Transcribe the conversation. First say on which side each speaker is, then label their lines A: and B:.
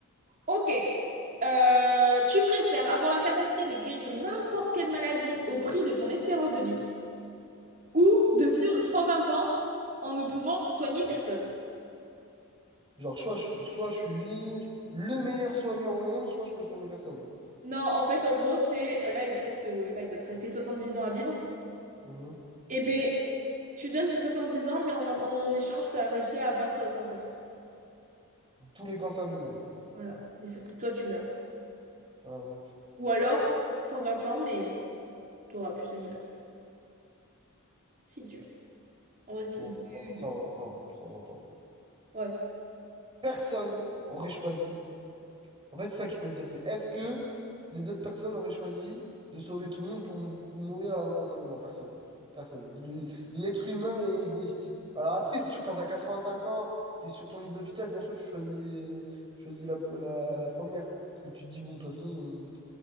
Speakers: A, on the right; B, on the right.
A: Ok. Euh, tu préfères avoir la capacité de guérir n'importe quelle maladie au prix de ton espérance de vie ou de vivre 120 ans en ne pouvant soigner personne?
B: Genre, soit je, soit je suis li- le meilleur soigneur au monde, soit je peux soigner personne.
A: Non, en fait, en gros, c'est euh, là, il te reste, je sais pas, il doit te rester dix ans à vivre.
B: Mhm.
A: Eh ben, tu donnes ces 70 ans, mais en, en échange, tu as réussi à vaincre le cancer.
B: Tous les cancers du monde.
A: Voilà. Mais sauf que toi, tu meurs.
B: Ah ouais.
A: Ou alors, 120 ans, mais t'auras pu soigner personne. C'est dur. En vrai, c'est
B: Bon,
A: dur.
B: ça, on l'entend, ça, on l'entend.
A: Ouais.
B: Personne aurait choisi En fait, c'est ça qu'il faut se dire, c'est est-ce que les autres personnes auraient choisi de sauver tout le monde pour m- mourir là instantanément? Personne. Personne. Le- L'être humain est égoïste. Alors après, c'est sûr, quand t'as 85 ans, t'es sur ton lit d'hôpital, bien sûr, tu choisis, euh, tu choisis la, la, la première. Parce que tu te dis, bon, de toute façon, euh,